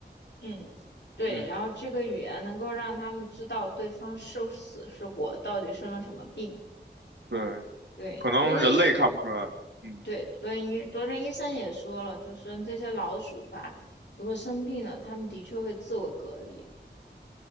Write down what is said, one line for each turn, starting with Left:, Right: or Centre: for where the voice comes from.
Left: 嗯，对，
Right: 嗯，
Left: 然后这个语言能够让他们知道对方是死是活，到底生了什么病。
Right: 对，
Left: 对，
Right: 可能人类看不出来。
Left: 昨天医，
Right: 嗯，
Left: 对，昨天医，昨天医生也说了，就是这些老鼠吧，如果生病了，它们的确会自我隔离。